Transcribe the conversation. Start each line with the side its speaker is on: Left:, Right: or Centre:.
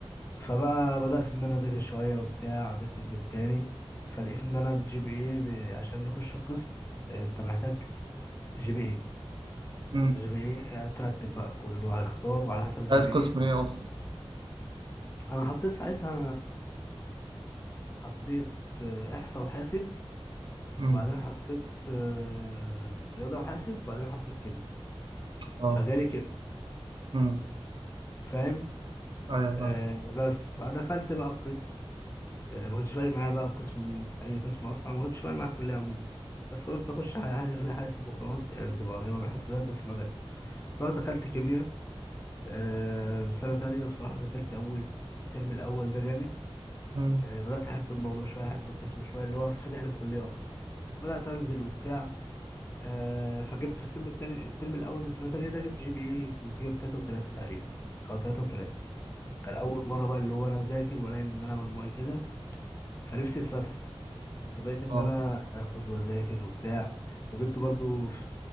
Left: فبقى بدأت ان انا اذاكر شوية وبتاع عديت الترم التاني فلقيت ان انا الجي بي اي عشان نخش القسم آه، انت محتاج جي بي ايه
Right: امم
Left: جي بي ايه هترتب بقى كله هيختار وعلى حسب الجي
Right: عايز
Left: بي
Right: قسم
Left: ايه
Right: ايه اصلا
Left: انا حطيت ساعتها حطيت آه، احصاء وحاسب
Right: امم
Left: وبعدين حطيت آه، رياضه وحاسب وبعدين حطيت كيمياء
Right: اه
Left: فجالي كيمياء
Right: امم
Left: فاهم
Right: ايوه
Left: آه
Right: فاهم.
Left: بس بقى دخلت بقى القسم آه ما كنتش فارق معايا بقى قسم مين اي قسم اصلا ما كنتش فارق معايا الكليه عموما بس قلت اخش حاجه حاجة فيها حاسب وخلاص يعني بتبقى قريبه من الحاسبات بس ما جاتش رحت دخلت كيمياء آه سنه تانية بصراحه ذاكرت اول الترم الاول ده جامد
Right: امم
Left: آه، بدأت أحب الموضوع شوية أحب القسم شوية اللي هو فاتح للكلية أكتر فبدأت أنزل وبتاع آه، فجبت في الترم التاني الترم الأول من السنة التانية ده جبت جي بي إيه كنت جايب تلاتة وتلاتة تقريبا أو تلاتة وتلاتة
Right: أمم.
Left: كان أول مرة بقى اللي هو أنا أذاكر وألاقي إن أنا مجموعي كده فنفسي اتفتح فبقيت إن
Right: اه
Left: أنا آخد وأذاكر وبتاع وجبت برضو في